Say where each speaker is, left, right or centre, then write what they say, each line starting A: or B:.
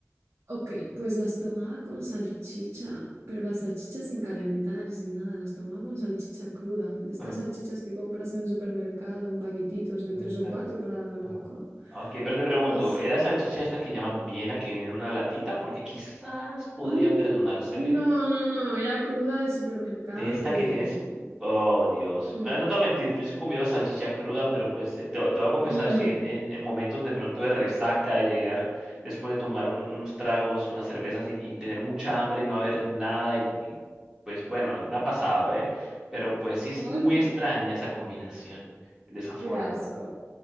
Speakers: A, on the right (about 60°); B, on the right (about 15°).
A: ok, pues las tomaba con salchicha, pero las salchichas sin calentar y sin nada, las tomaba con salchicha cruda, de estas
B: Bueno,
A: salchichas que compras en el supermercado en paquetitos de
B: mm,
A: tres o
B: pero,
A: cuatro para la barbacoa.
B: ah, ok, pero te pregunto,
A: Ugh.
B: ¿era salchicha esta que llaman Viena que viene en una latita? Porque quizás podría
A: Mm,
B: perdonársele.
A: No, no, no, era cruda de supermercado
B: De esta
A: de...
B: que tienes. Oh, Dios.
A: Mm,
B: Bueno, no te voy a mentir, yo sí he comido salchicha cruda, pero pues eh, te, te voy a confesar,
A: mm,
B: si en, en, en momentos de pronto de resaca, de llegar después de tomar un- unos tragos, unas cervezas y, y tener mucha hambre y no haber nada, y, y, pues bueno, me ha pasado, ¿eh? Pero pues sí es
A: <laughs> mm,
B: muy extraña esa combinación de esa
A: Qué
B: forma.
A: asco.